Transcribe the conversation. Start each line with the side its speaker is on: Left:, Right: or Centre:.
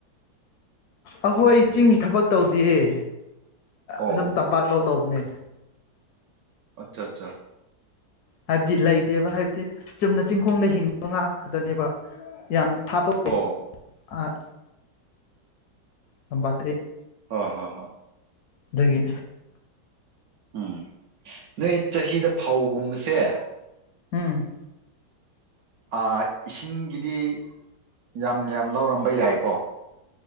Left: ꯑꯩꯈꯣꯏ ꯆꯤꯡꯒꯤ ꯊꯕꯛ ꯇꯧꯗꯤꯌ‌ꯦ
Right: ꯑꯣ
Left: ꯑꯗꯨꯝ ꯇꯝꯄꯥꯛ ꯂꯧꯇꯧꯕꯅꯦ
Right: ꯑꯠꯆꯥ ꯑꯠꯆꯥ
Left: ꯍꯥꯏꯕꯗꯤ ꯂꯩꯇꯦꯕ ꯍꯥꯏꯕꯗꯤ ꯆꯨꯝꯅ ꯆꯤꯡꯈꯣꯡꯗ ꯍꯤꯡꯕ ꯉꯥꯛꯀꯗꯅꯦꯕ <unintelligible> ꯌꯥꯝ ꯊꯥꯞꯄ
Right: ꯑꯣ
Left: ꯑꯥ ꯊꯝꯄꯥꯛꯇꯗꯤ
Right: ꯍ ꯍ ꯍ <unintelligible>
Left: ꯑꯗꯒꯤ
Right: ꯎꯝ ꯅꯣꯏ ꯆꯍꯤꯗ ꯐꯧꯒꯨꯝꯕꯁꯦ
Left: ꯎꯝ
Right: ꯑꯥ ꯏꯁꯤꯡꯒꯤꯗꯤ ꯌꯥꯝ ꯌꯥꯝ ꯂꯧꯔꯝꯕ ꯌꯥꯏꯀꯣ